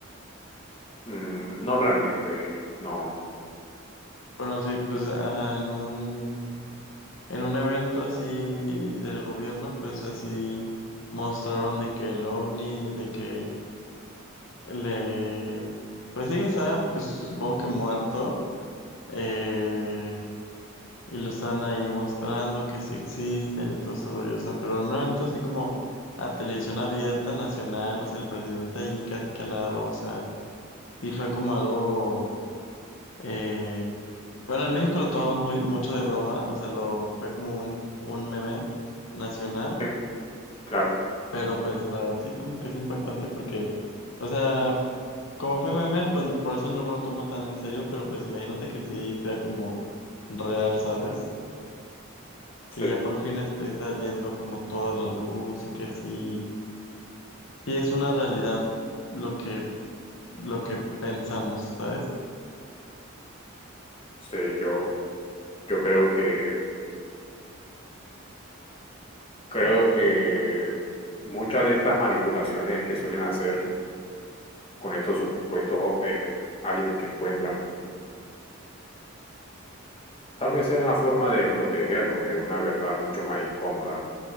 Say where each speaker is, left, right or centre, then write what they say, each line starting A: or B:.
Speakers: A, on the left (about 25°); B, on the left (about 65°).
A: Mm, no realmente, no.
B: Bueno, sí, pues ajá, en un En un evento así del gobierno, pues así mostraron de que el ovni, de que le, pues sí que está, pues supongo que muerto, eh, y lo están ahí mostrando que sí existen y todo ese rollo, o sea, pero en un evento así como a televisión abierta nacional, o sea, el presidente ahí casi que al lado, o sea, sí fue como algo, eh, bueno, en México lo tomamos muy, mucho de broma, o sea, lo, fue como un, un meme nacional.
A: Eh, Claro,
B: Pero pues la verdad sí como que es impactante porque, o sea, como fue meme, pues, por eso no me lo tomo tan en serio, pero pues imagínate que sí sea como real, ¿sabes?
A: sí,
B: Que ya por fin esté saliendo como toda la luz y que sí, sí es una realidad lo que, lo que pensamos, ¿sabes?
A: sí, yo, yo creo que, creo que muchas de estas manipulaciones que suelen hacer con estos supuestos eh, aliens que encuentran, tal vez sea una forma de protegernos de una verdad mucho más incómoda,